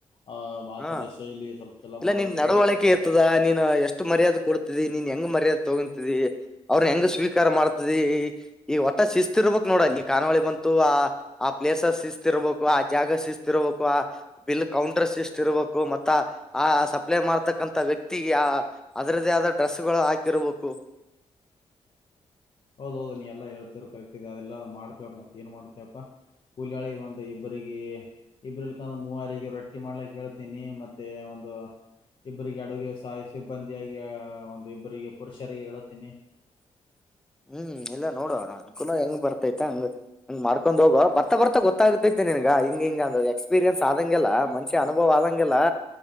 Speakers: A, on the left; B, in the centre.
A: ಆ ಮಾತಾಡೋ
B: ಹಾ
A: ಶೈಲಿ ಸ್ವಲ್ಪ ಎಲ್ಲ
B: ಇಲ್ಲ
A: ಮಾಡ್ಬೇಕು
B: ನಿನ್ ನಡವಳಿಕೆ ಇರ್ತದ ನೀನು ಎಷ್ಟು ಮರ್ಯಾದೆ ಕೊಡ್ತ ನೀನ್ ಹೆಂಗ ಮರ್ಯಾದೆ ತಗೊತಿ ಅವ್ರನ್ನ ಹೆಂಗ ಸ್ವೀಕಾರ ಮಾಡ್ತದೆ ಈ ಒಟ ಶಿಸ್ತಿರ್ಬೇಕ ನೋಡ ಅಲ್ಲಿ ಕಾನಾವಳಿ ಬಂತು ಆ ಆ ಪ್ಲೇಸ್ ಶಿಸ್ತಿರ್ಬೇಕು ಆ ಜಾಗ ಶಿಸ್ತಿರ್ಬೇಕು ಆ ಬಿಲ್ ಕೌಂಟರ್ ಸಿಸ್ಟ್ ಇರ್ಬೇಕು ಮತ್ತ ಆ ಸಪ್ಲೈ ಮಾಡ್ತಕ್ಕಂಂತ ವ್ಯಕ್ತಿ ಅದರದೇ ಆದ ಡ್ರೆಸ್ ಗಳು ಹಾಕಿ ಮಕ್ಕು
A: ಹೌದ್ ಹೌದು ನೀ ಎಲ್ಲ ಹೇಳ್ತೀರರು ಕರೆಕ್ಟ್ ಇದೆ ಅದೆಲ್ಲ ಮಾಡ್ತಬೇಕಕ್ ಮತ್ತತ್ ಏನ್ ಮಾಡ್ತಯಪ್ಪಾ ಹುಲಿಯಾಳಿಿಗೆ ಒಂದು ಇಬ್ಬ್ರಗ ಇಬ್ರಕ ಮೂವಾರಿಗೆ ರೊಟ್ಟಿ ಮಾಡ್ಲಕ್ ಹೇಳ್ತೀನಿ ಮತ್ತೆ ಒ ಒಂದು ಇಬ್ಬರಿಗೆ ಅಡುಗೆ ಸಹಾಯಿ ಸಿಬ್ಬಂದಿಯಾಗಿ ಒಂದು ಇಬ್ಬ್ರರಿಗೆ ಪುರುಷರಿಗೆ ಹೇಳತೀನಿ
B: <inaudible> ಹ್ಮ್ ಇಲ್ಲ ನೋಡುವ ಅನುಕೂಲ ಹೆಂಗ್ ಬರ್ತೈತೆ ಹಂಗ ಹಂಗ್ ಮಾಡ್ಕೊಂಡ್ ಹೋಗೋ ಬರ್ತಾ ಬರ್ತ ಗೊತ್ತಾಗತೈತೆ ನಿನ್ಗೆ ಹಿಂಗ ಹಿಂಗ ಅಂದ್ರ ಎಕ್ಸ್ೀರಿಯನ್ಸ್ ಆದಂಗಗೆಿಲ್ಲಾ ಮಂಿ ಅನುಭವ ಆದಂಗಗೆಿಲ್ಲಾ